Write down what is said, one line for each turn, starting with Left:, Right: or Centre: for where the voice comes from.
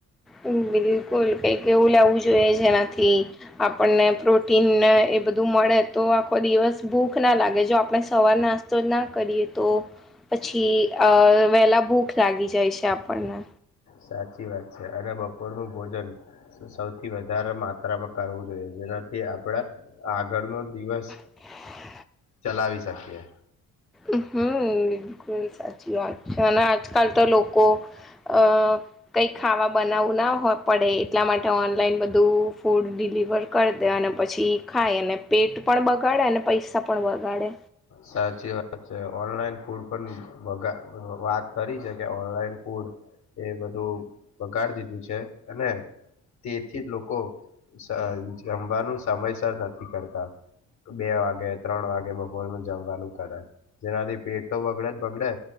Centre: <unintelligible> બિલકુલ કંઈક એવું લેવું જોઈએ, જેનાથી આપણને પ્રોટીન ને બધું મળે તો આખો દિવસ ભૂખ ના લાગે, જો આપણે સવાર નાસ્તો જ ના કરીએ તો પછી અ વેલા ભૂખ લાગી જાય છે આપણને.
Left: સાચી વાત છે. અને બપોરનું ભોજન સૌથી વધારે માત્રામાં કરવું જોઈએ, જેના કે આપણા આગળનો દિવસ
Centre: <unintelligible>
Left: ચલાવી શકીએ.
Centre: ઓહો બિલકુલ સાચી વાત છે અને આજકાલ તો લોકો અ કઈ ખાવા બના આવુ ના હો પડે એટલા માટે ઓન લાઈન બધું ફૂડ ડિલિવર કરી દે અને પછી ખાય અને પેટ પણ બગાડે અને પૈસા પણ બવગાડે.
Left: સાચી વાત છે. ઓનલાઈન ફૂડ પણ બગા વાત કરી છે કે ઓનલાઈન ફૂડ એ બધું બગાડ દીધું છે અને તેથી લોકો સ જમવાનું સમયસર નથી કરતા. બે વાગે ત્રણ વાગે બહુ તમે જમવાનું કર જેનાથી પેટ તો બગડે જ બગડે